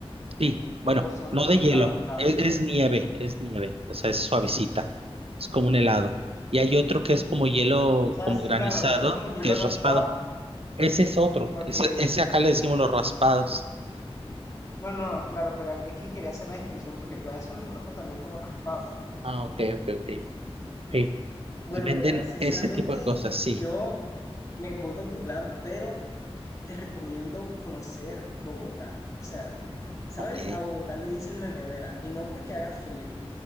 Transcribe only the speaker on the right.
Sí, bueno,
no
de hielo,
es, es nieve, es nieve, o sea, es suavecita, es como un helado. Y hay otro que es como hielo,
como
granizado,
que es
raspado. Ese es otro,
ese,
ese acá le decimos los raspados.
Ah, ok, ok, ok. Sí.
Y venden
ese tipo de cosas, sí.
Ok,